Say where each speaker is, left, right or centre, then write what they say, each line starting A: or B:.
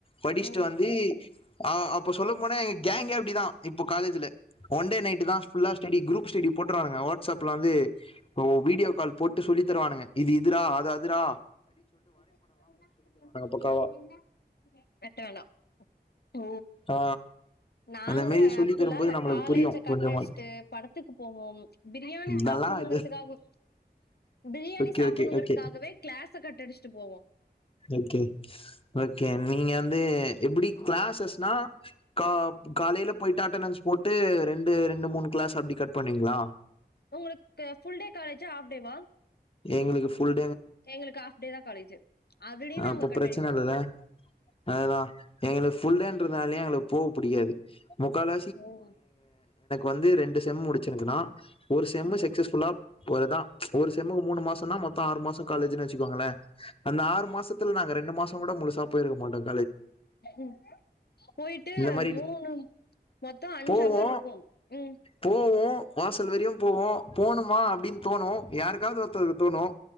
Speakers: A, on the left; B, on the left.
A: படிச்ட்டு
B: ஓ!
A: வந்து ஆ அப்ப சொல்லும் போனா எங்க கேங்கெ அ ப்டிதா இப்பொ காலேஜுல ஒன்டே நைட்டு தா ஃபுல்லா ஸ்டடி குரூப் ஸ்டடி போட்ருவானுங்க வ ஸப்ல வந்து வீடியோ கால் போட்டு சொல்லி தருவானுங்க இது இதுரா அது அதுரா
B: <unintelligible>
A: பக்காவா.
B: ஓ
A: ஆ
B: நாங்க
A: அந்த மாரி சொல்லி
B: அப்புல்லா
A: தரும்போது
B: இல்ல
A: நம்மளுக்கு
B: காலேஜ
A: புரியும்
B: கட்டடுச்ட்டு
A: கொஞ்சமாது.
B: படத்துக்கு போவோ பிரியாணி
A: இதெல்லாம்
B: சாப்புன்ணுங்கிறதுக்காக
A: இது
B: பிரியாணி
A: ஓகே,
B: சாப்புன்ணுங்கிறதுக்காகவே
A: ஓகே, ஓகே,
B: க்ளாஸ கட்டடுச் ட்டு போவோ
A: ஓகே ஓகே நீங்க வந்து எப்புடி கிளாஸஸ்னா கா காலைல போயிட்டு அட்டனன்ஸ் போட்டு ரெண்டு ரெண்டு மூணு கிளாஸ் அப்டி கட் பண்ணீங்ளா
B: உங்களுக்கு ஃபுல் டே காலேஜ் ஜா ஹாஃப் டேவா
A: எங்களுக்கு ஃபுல்
B: எங்களுக்கு ஹாஃப் டே தா காலேஜு அதுலயும்
A: ஆ
B: நாங்க
A: அப்ப
B: கட்
A: பிரச்சன
B: அடிப்போம்.
A: இல்லல்ல அததா எங்களுக்கு ஃபுல்டேன் இருந்தாலயே அவங்களுக்கு போக புடிக்காது முக்கால்
B: ஓ!
A: வந்து ரெண்டு செம் முடிச்சிருக்குன்னா ஒரு செம்
B: ம்.
A: சக்சஸ்ஃபுல்லா ஒருதான் ஒரு செம்முக்கு மூணு மாசம்னா மொத்தம் ஆறு மாசம் காலேஜ்ன்னு வச்சுக்காங்களேன் அந்த ஆறு மாசம் நாங்க ரெண்டு மாசம் கூட முழுசாப்போயிருக்க மாட்டம்
B: ம் போயிட்டு
A: இந்த மாரி
B: மூணு மொத்தம் அஞ்சு
A: போவோ
B: அவர் இருக்கும் ம்
A: போவோம் வாசல் வரியும் போவோம் போணுமா அப்டின்னு தோணும் யாருக்காவது ஒருத்ததுக்கு தோணும்